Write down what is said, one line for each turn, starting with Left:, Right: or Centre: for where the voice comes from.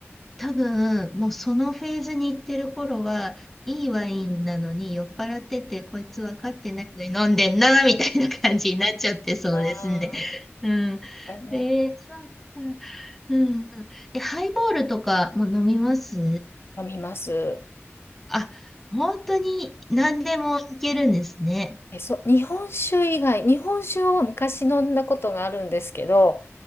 Centre: 多分、もうそのフェーズに行ってる頃は、いいワインなのに酔っ払ってて、こいつ分かってないのに飲んでんな、みたいな感じになっちゃってそうですね。
Left: あ
Centre: うん。
Left: あなんか
Centre: えー、そっか。うん、うん。え、ハイボールとかも飲みます
Left: 飲みます。
Centre: あ、本当に何でもいけるんですね。
Left: え、そう、日本酒以外、日本酒を昔飲んだことがあるんですけど、